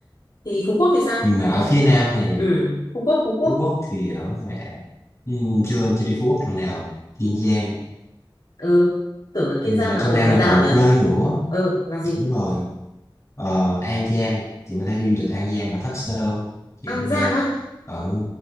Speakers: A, on the left; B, on the left.
A: thì Phú Quốc thì sao
B: nhưng mà ở phía Nam này
A: ừ Phú Quốc Phú Quốc
B: Phú Quốc thì ở ngoài đảo nhưng chưa chưa đi Phú Quốc lần nào Kiên Giang
A: ừ tưởng là Kiên
B: nhưng
A: Giang
B: mà ở
A: là
B: trong
A: ở
B: Nam
A: ngoài
B: này
A: đảo
B: còn một
A: nhỉ
B: nơi nữa
A: ờ là gì
B: đúng rồi ờ, An Giang chị có thể đi du lịch An Giang ở Thất Sơn chị
A: An
B: cũng nghe
A: Giang á
B: ở